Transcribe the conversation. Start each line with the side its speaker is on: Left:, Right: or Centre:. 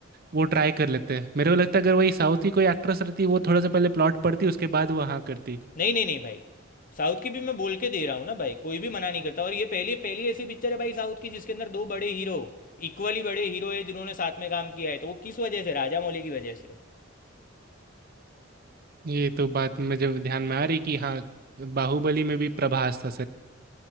Right: वो ट्राई कर लेते हैं मेरे को लगता है अगर वही साउथ की कोई एक्ट्रेस रहती वो थोड़ा सा पहले प्लॉट पढ़ती उसके बाद वो हाँ करती
Left: नहीं नहीं नहीं भाई साउथ की भी मैं बोल के दे रहा हूँ ना भाई कोई भी मना नहीं करता और ये पहली पहली ऐसी पिक्चर है भाई साउथ की जिसके अंदर दो बड़े हीरो इक्वली बड़े हीरो है जिन्होंने साथ में काम किया है तो वो किस वजह से राजा मौली की वजह से
Right: ये तो बात मुझे ध्यान में आ रही कि हाँ बाहुबली में भी प्रभास था